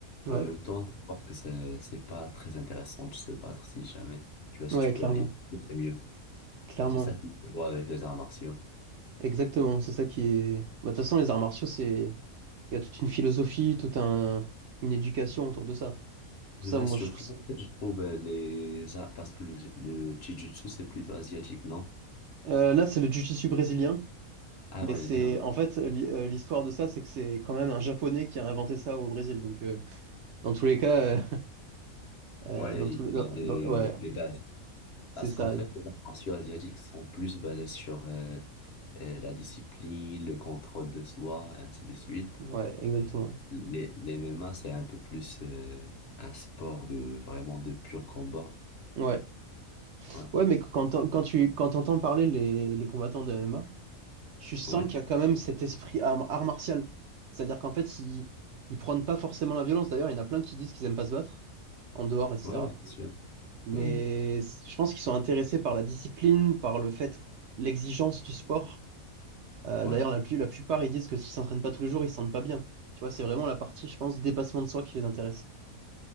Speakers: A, on the right; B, on the left.
A: Ouais,
B: mais en même temps, savoir que c'est, c'est pas très intéressant de se battre si jamais. Tu vois,
A: ouais,
B: si tu
A: clairement.
B: peux éviter, c'est mieux.
A: Clairement.
B: Et c'est ça qui se voit avec les arts martiaux.
A: Exactement, c'est ça qui est... Bah, de toute façon, les arts martiaux, c'est... Il y a toute une philosophie, toute un... une éducation autour de ça. Tout
B: Là,
A: ça, moi,
B: surtout,
A: je trouve ça...
B: en fait, je trouve euh, les... ah, Parce que le, le jiu-jitsu, c'est plutôt asiatique, non?
A: Euh, là, c'est le jiu-jitsu brésilien,
B: Ah,
A: mais
B: brésilien.
A: c'est... En fait, l'hi- euh, l'histoire de ça, c'est que c'est quand même un Japonais qui a inventé ça au Brésil. Donc, euh, dans tous les cas, euh, <laughs> euh,
B: Ouais,
A: dans tous
B: il
A: les...
B: y
A: dans-
B: a des,
A: dans- Ouais,
B: des bases.
A: c'est
B: Parce
A: ça.
B: qu'en fait, les arts martiaux asiatiques sont plus basés sur euh, euh, la discipline, le contrôle de soi, ainsi de suite.
A: Ouais, exactement.
B: Les, les MMA, c'est un peu plus euh, un sport de vraiment de pur combat.
A: Ouais.
B: Ouais,
A: Ouais, mais quand, t'en- quand tu quand t'entends parler les, les combattants de MMA, tu sens
B: ouais,
A: qu'il y a quand même cet esprit arme- art, martial. C'est-à-dire qu'en fait, ils, ils prônent pas forcément la violence. D'ailleurs, il y en a plein qui disent qu'ils aiment pas se battre, en dehors, etc.
B: ouais, ouais, c'est sûr.
A: Mais
B: Hmm.
A: c- je pense qu'ils sont intéressés par la discipline, par le fait, l'exigence du sport. Euh,
B: Ouais,
A: d'ailleurs, la, plus- la plupart, ils disent que s'ils s'entraînent pas tous les jours, ils se sentent pas bien. Tu vois, c'est vraiment la partie, je pense, dépassement de soi qui les intéresse,